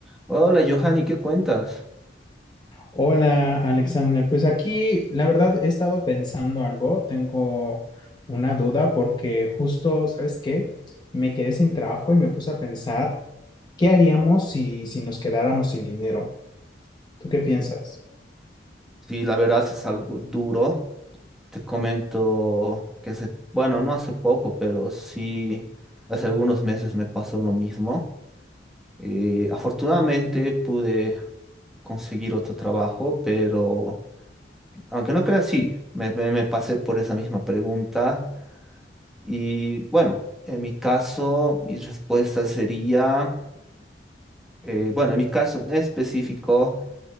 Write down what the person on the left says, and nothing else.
Hola, Alexander. Pues aquí, la verdad, he estado pensando algo. Tengo una duda porque justo, ¿sabes qué? Me quedé sin trabajo y me puse a pensar, ¿qué haríamos si, si nos quedáramos sin dinero? ¿Tú
qué piensas?